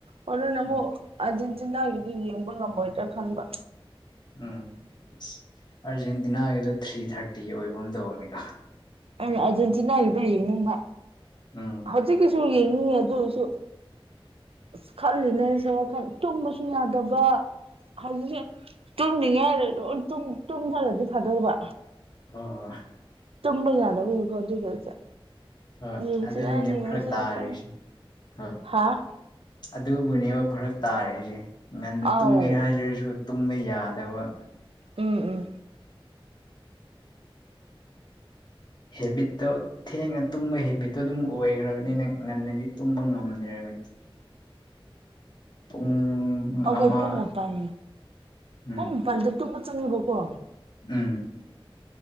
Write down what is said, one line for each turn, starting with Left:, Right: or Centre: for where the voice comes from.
Right: ꯍꯣꯔꯦꯟ ꯑꯃꯨꯛ
Left: ꯎꯝ
Right: ꯑꯥꯔꯖꯦꯟꯇꯤꯅꯥꯒꯤꯗꯤ ꯌꯦꯡꯕ ꯉꯝꯃꯣꯏꯗ꯭ꯔꯥ ꯈꯟꯕ
Left: ꯎꯝ ꯑꯥꯔꯖꯦꯟꯇꯤꯅꯥꯒꯤꯗꯣ ꯊ꯭ꯔꯤ ꯊꯥꯔꯇꯤ ꯑꯣꯏꯕꯒꯨꯝ ꯇꯧꯕꯅꯤꯗ
Right: ꯑꯩꯅ ꯑꯥꯔꯖꯦꯟꯇꯤꯅꯥꯒꯤꯗꯣ ꯌꯦꯡꯅꯤꯡꯕ
Left: ꯎꯝ
Right: ꯍꯧꯖꯤꯛꯀꯤꯁꯨ ꯌꯦꯡꯅꯤꯡꯉꯤ ꯑꯗꯨꯑꯣꯏꯁꯨ ꯑꯁ ꯈꯜꯂꯤꯅꯦ ꯑꯩꯁꯨ ꯋꯥꯈꯜ ꯇꯨꯝꯕꯁꯨ ꯌꯥꯗꯕ ꯍꯧꯖꯤꯛꯁꯦ ꯇꯨꯝꯗ꯭ꯔꯤꯌꯥꯔꯥ ꯗꯨꯝ ꯇꯨꯝ ꯇꯨꯝꯖꯜꯂꯗꯤ ꯐꯥꯗꯧꯕ
Left: ꯍꯣꯏ ꯍꯣꯏ
Right: ꯇꯨꯝꯕ ꯍꯥꯗꯕꯩ ꯃꯤꯈꯩꯁꯦ
Left: ꯍꯣꯏ
Right: ꯌꯦꯡꯁꯤꯔꯥ
Left: ꯑꯗꯨꯒꯤꯅꯦ
Right: ꯌꯦꯡꯉꯣꯏꯁꯤꯔꯥ
Left: ꯐꯔꯛ ꯇꯥꯔꯤꯁꯦ
Right: ꯈꯪꯗꯦ
Left: ꯍꯣꯏ
Right: ꯍꯥꯥ
Left: ꯑꯗꯨꯕꯨꯅꯦꯕ ꯐꯔꯛ ꯇꯥꯔꯦꯁꯦ ꯉꯟꯅ
Right: ꯑꯥꯎ
Left: ꯇꯨꯝꯒꯦ ꯍꯥꯏꯔꯁꯨ ꯇꯨꯝꯕ ꯌꯥꯗꯕ
Right: ꯎꯝ ꯎꯝ
Left: ꯍꯦꯕꯤꯠꯇꯣ ꯊꯦꯡꯅ ꯇꯨꯝꯕꯩ ꯍꯦꯕꯤꯠꯇꯣ ꯑꯗꯨꯝ ꯑꯣꯏꯒ꯭ꯔꯕꯅꯤꯅ ꯉꯟꯅꯗꯤ ꯇꯨꯝꯕ ꯉꯝꯗꯔꯦꯕꯥ ꯄꯨꯡ
Right: ꯑꯩꯈꯣꯏ
Left: ꯑꯃ
Right: ꯄꯨꯡ ꯃꯄꯜ
Left: ꯎꯝ
Right: ꯄꯨꯡ ꯃꯄꯜꯗ ꯇꯨꯝꯕ ꯆꯪꯉꯥꯕꯀꯣ
Left: ꯎꯝ